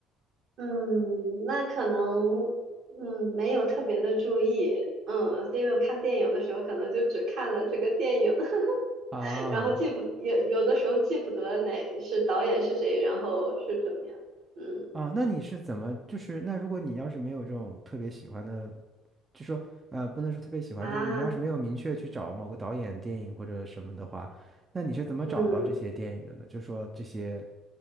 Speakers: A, on the right; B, on the right.
A: 嗯，那可能，嗯，没有特别的注意，嗯，因为我看电影的时候可能就只看了这个电影，<laughs>
B: 啊
A: 然后记不，有有的时候记不得哪是导演是谁，然后是怎么样，嗯
B: 啊，那你是怎么就是那如果你要是没有这种特别喜欢的。就说呃，不能说特别喜欢，
A: 啊，
B: 就是你要是没有明确去找某个导演电影或者什么的话，那你是怎么找到这些电影的呢？
A: 嗯。
B: 就说这些，